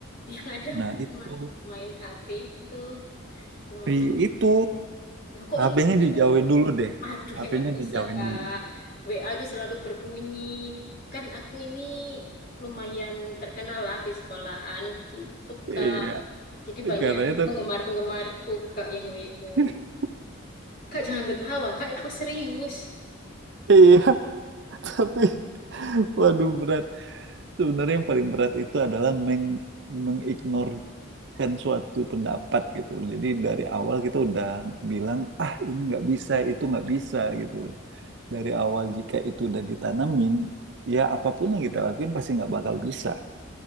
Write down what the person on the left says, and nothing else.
<laughs> Yang ada
ma- main HP itu. Gimana?
Nah, kok
itu aku...
Aduh,
ya nggak bisa,
Kak.
WA itu selalu berbunyi. Kan aku ini lumayan terkenal lah di sekolahan gitu, Kak.
Jadi banyak
penggemar-penggemarku Kak yang WO.
Kak jangan ketawa, Kak aku serius.